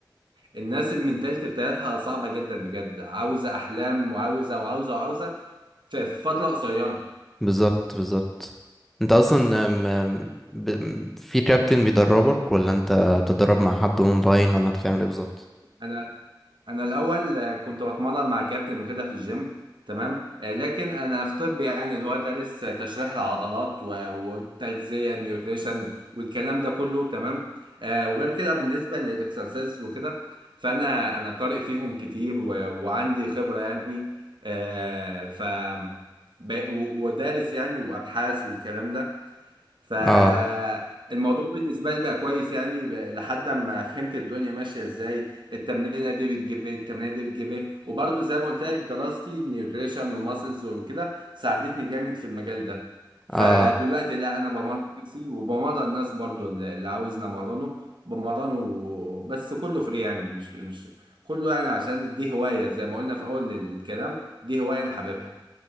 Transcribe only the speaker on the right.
الناس المنتاليتي بتاعتها صعبة جدا بجد عاوزة أحلام وعاوزة وعاوزة وعاوزة في في فترة قصيرة
انا انا الاول آه، كنت بتمرن مع كابتن وكده في الجيم تمام آه، لكن انا في طب يعني اللي هو دارس آه، تشريح العضلات و- والتغذيه النيوتريشن والكلام ده كله تمام آه، وغير كده بالنسبه للاكسرسايز وكده فانا انا قارئ فيهم كتير و- وعندي خبره يعني آه، ف ب- و- ودارس يعني وابحاث والكلام ده فالموضوع
بالنسبة لي بقى كويس يعني ب- لحد ما فهمت الدنيا ماشية ازاي التمرينة دي بتجيب ايه التمرينة دي بتجيب ايه وبرضه زي ما قلت لك دراستي نيوتريشن وماسلز وكده ساعدتني جامد في المجال ده فدلوقتي
لا انا بمرن نفسي وبمرن الناس برضه اللي اللي عاوزني امرنه بمرنه بس كله فري يعني مش مش كله يعني عشان دي هواية زي ما قلنا في اول الكلام دي هواية انا حاببها